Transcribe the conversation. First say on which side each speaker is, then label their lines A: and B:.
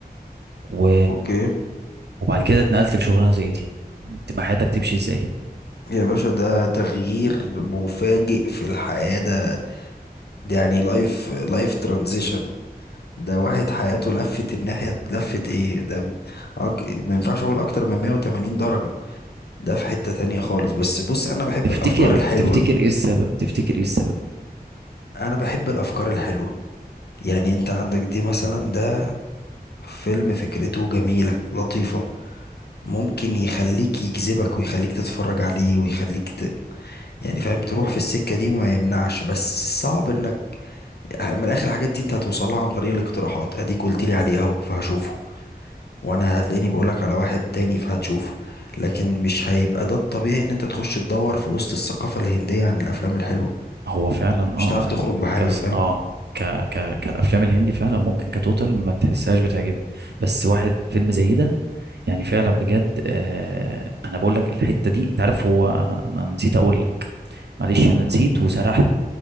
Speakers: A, on the right; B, on the left.
A: و...
B: اوكي
A: وبعد كده اتنقلت لشغلانه زي دي تبقى حياتك تمشي ازاي
B: يا باشا ده تغيير مفاجئ في الحياة ده, ده يعني لايف لايف ترانزيشن ده واحد حياته لفت الناحية لفت ايه ده أك... ما ينفعش اقول اكتر من 180 درجة ده في حتة تانية خالص بس بص انا بحب
A: تفتكر
B: الافكار الحلوة
A: تفتكر ايه السبب تفتكر ايه السبب
B: انا بحب الافكار الحلوة يعني انت عندك دي مثلا ده فيلم فكرته جميلة لطيفة ممكن يخليك يجذبك ويخليك تتفرج عليه ويخليك ت... يعني فاهم تروح في السكة دي وما يمنعش بس صعب انك من الاخر الحاجات دي انت هتوصلها عن طريق الاقتراحات اديك قلت لي عليه اهو فهشوفه وانا هتلاقيني بقولك على واحد تاني فهتشوفه لكن مش هيبقى ده الطبيعي ان انت تخش تدور في وسط الثقافة الهندية عن الافلام الحلوة
A: هو فعلا اه
B: مش هتعرف تخرج بحاجة
A: كاس
B: فاهم
A: اه ك... ك... كالافلام الهندي فعلا ممكن كتوتال ما تحسهاش بتعجبك بس واحد فيلم زي ده يعني فعلا بجد آه انا بقول لك الحته دي انت عارف هو انا انا نسيت اقول لك معلش انا نسيت
B: مم.
A: وسرحت